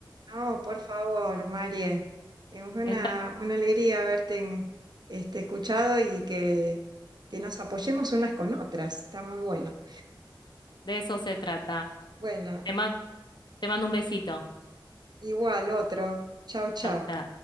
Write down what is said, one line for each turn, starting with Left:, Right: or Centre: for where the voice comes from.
Right: No, por favor, María. Es una,
Left: Esta-
Right: una alegría haberte en- este, escuchado y que, que nos apoyemos unas con otras. Está muy bueno.
Left: de eso se trata.
Right: Bueno,
Left: Te ma- te mando un besito.
Right: igual otro. Chau, chau.
Left: Chau, chau.